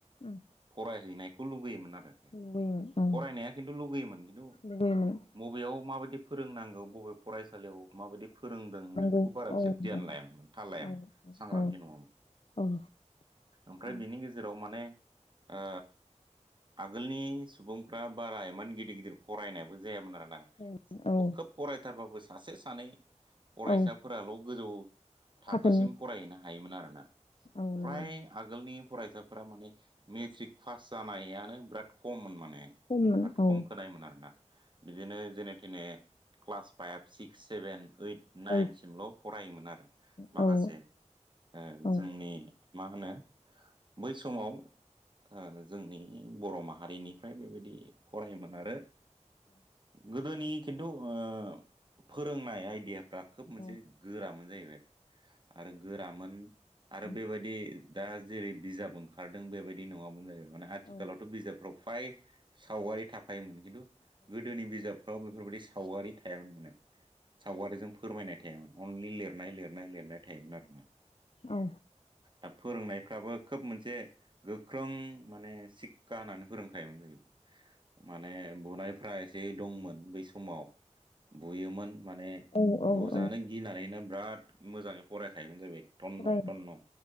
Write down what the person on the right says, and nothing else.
फरायहैनाय खौ लुगैयोमोन आरोखि
फरायनाया खिन्थु लुगैयोमोन खिन्थु
मबेयाव माबायदि फोरोंनांगौ बबे फरायसालियाव माबायदि फोरों दों
बेफोरखौ बारा बिसोर
ध्यान लायामोन थाल
लायामोन सांग्रांथि
नङामोन।
ओमफ्राय
बेनि गेजेराव माने ओ आगोलनि सुबुंफ्रा बारा इमान गिदिर गिदिर फरायनायबो जायामोन आरो ना।
अ खोब फरायथारबाबो सासे सानै फरायसाफोराल'
गोजौ थाखोसिम
फरायहैनो हायोमोन आरोना
फ्राय
आगोलनि फरायसाफोरा माने मेट्रिक पास जानायानो बिराद खममोन माने।
बिराद
खम खोनायोमोन आरोना बिदिनो जेने थेने क्लास फाइभ सिक सेभेन ओइद नाइनसिमल'
फरायोमोन आरो माखासे
ओ
जोंनि मा होनो बै समाव ओ जोंनि बर' माहारिनिफ्राय बेबायदि फरायोमोन आरो गोदोनि खिन्थु ओ फोरोंनाय आइदिया फ्रा खोब मोनसे
गोरामोन जाहैबाय आरो गोरामोन आरो
बेबायदि दा जेरै बिजाब ओंखारदों बेबायदि नङामोन जाहैबाय माने आथिखालावथ'
बिजाब फ्राव फ्राय सावगारि थाफायोमोन खिन्थु गोदोनि बिजाबफ्राव बेफोरबायदि सावगारि थायामोननो। सावगारिजों फोरमायनाय थायामोन अनलि लिरनाय लिरनाय लिरनाय थायोमोन आरोना।
ओ फोरोंनायफ्राबो खोब मोनसे गोख्रों माने शिक्षा होनानै फोरोंखायोमोन जाहैबाय। माने बुनायफ्रा एसे दंमोन बै समाव। बुयोमोन माने
बुजानो
गिनानैनो बिराद मोजाङै फरायखायोमोन जाहैबाय तन्न
थन्न